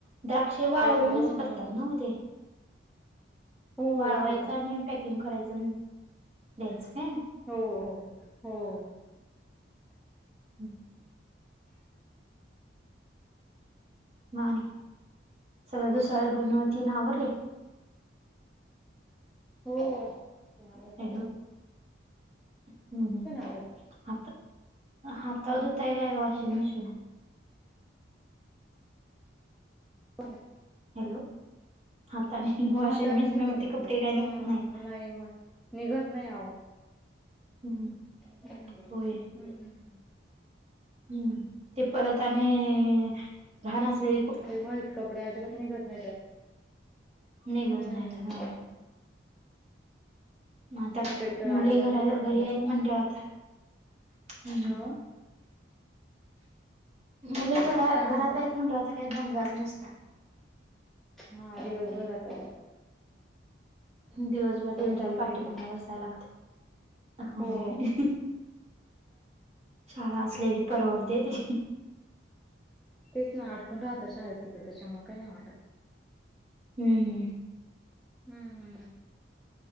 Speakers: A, on the right; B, in the centre.
A: द्राक्ष वाळवूनच
B: पॅकिंग करून
A: करतात
B: मग
A: ना ते
B: हो
A: वाळवायचं
B: हो
A: आणि पॅकिंग करायचं द्यायचं काय
B: हो हो हो.
A: हम् मा आणि सगळ् दुसळ्या धुण ती आवरल
B: हो आवरल
A: हॅलो हम्म हम्म
B: आवाज.
A: हातावर धुवा काय
B: हम्म
A: वाॉशिंग मशीन आहे
B: बरं
A: हॅलो हाताने वॉशिंग
B: हाताने
A: मशीन
B: धुतो
A: वरती
B: म्हटलं
A: कपडे काय
B: हा
A: निघत नाहीत
B: नाही म निघत नाही आहो
A: हम्म
B: हम्म
A: होय
B: हम्म.
A: हम्म ते परत आणि घाण असले
B: ते व्हाईट कपडे अजिबात निघत नाही.
A: निघत
B: हम्म
A: नाहीत हा आता
B: सफेद तर
A: मुले
B: अजिबातच
A: घरी
B: नाही निघत.
A: आहेत म्हणल्यावर आता हम्म
B: हा.
A: मुले घरा,
B: काय
A: घरात
B: म्हणता?
A: आहेत म्हणाल. आता काय दंगाच नुसता.
B: हा दिवसभर आता
A: दिवसभर त्यांच्याच
B: चालू
A: पाठी
B: राहील
A: मागन
B: ते
A: बसाय लागतय होय.
B: हो
A: शाळा असलेली परवडते ती.
B: तेच ना आटकून राहत शाळेत तिकडे त्याच्यामुळे काही नाही वाटत.
A: हम्म, हम्म.
B: हम्म, हम्म.